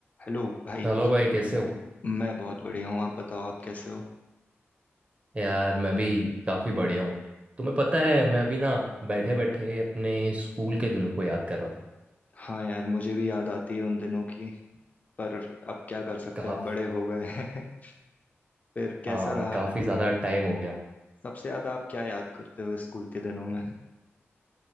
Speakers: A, on the left; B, on the right.
A: Hello भाई
B: Hello भाई कैसे हो
A: मैं बहुत बढ़िया हूँ आप बताओ आप कैसे हो
B: यार मैं भी काफ़ी बढ़िया हूँ तुम्हें पता है मैं अभी ना बैठे बैठे अपने स्कूल के दिनों को याद कर रहा था
A: हाँ यार मुझे भी याद आती है उन दिनों की पर अब क्या कर सकते
B: काफ
A: हैं अब बड़े हो गए हैं <laughs> फिर कैसा
B: हाँ
A: रहा
B: काफ़ी ज़्यादा टाइम हो गया
A: सबसे ज्यादा आप क्या याद करते हो स्कूल के दिनों में